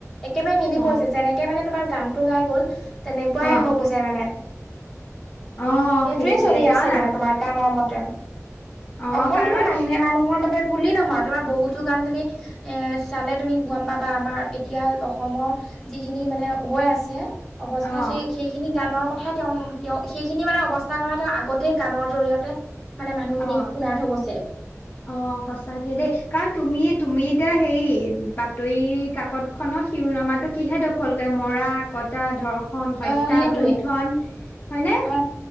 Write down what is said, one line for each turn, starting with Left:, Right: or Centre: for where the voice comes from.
Centre: একেবাৰে মিলি
Left: অ
Centre: পৰিছে, যেনেকে মানে তোমাৰ গানতটো গাই গ'ল, তেনেকুৱাই
Left: অ
Centre: হৈ গৈ তে, মানে,
Left: অ
Centre: সেইটোয়ে
Left: সেইটোৱে
Centre: চলি
Left: কাৰণ
Centre: আছে মানে
Left: আজি
Centre: তোমাৰ গানৰ মতে,
Left: অ
Centre: অকল
Left: কাৰণ
Centre: তোমাৰ মানুহে-মানুহৰ বাবে বুলি নহয়, তোমাৰ বহুতো গান তুমি এ, চালে তুমি গম, পাবা আমাৰ এতিয়া অসমৰ যিখিনি মানে হৈ আছে, অৱস্থা
Left: অ
Centre: সেই সেইখিনি গানৰ কথাই তেওঁ, তেওঁ, সেইখিনি মানে অৱস্থা কৰা তেওঁ, আগতেই গানৰ জৰি়য়তে মানে মানুহখিনিক
Left: অ
Centre: সোনাই থৈ গৈছে।
Left: অ, সঁচাকে দেই, কাৰণ তুমি-তুমি এতিয়া হেৰি, বাতৰি কাকত খনৰ শিৰোনামাটো কিহে দখলে, মৰা কত তা, ধৰ্ষণ, হত্যা,
Centre: অ সেইটোৱে
Left: লুণ্ঠন, হয়নে?
Centre: অ